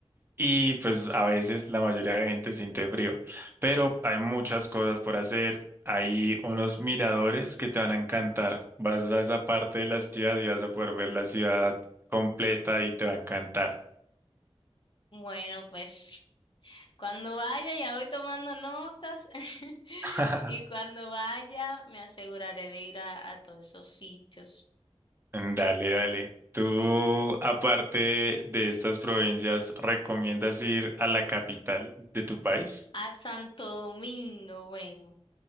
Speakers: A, on the right; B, on the left.
A: Y pues a veces la mayoría de la gente siente frío. Pero hay muchas cosas por hacer. Hay unos miradores que te van a encantar. Vas a esa parte de la ciudad y vas a poder ver la ciudad completa y te va a encantar.
B: Bueno, pues cuando vaya ya voy tomando notas <laughs>
A: <laughs>
B: y cuando vaya me aseguraré de ir a, a todos esos sitios.
A: Dale, dale. ¿Tú,
B: Sí.
A: aparte de estas provincias, recomiendas ir a la capital de tu país?
B: A Santo Domingo, bueno.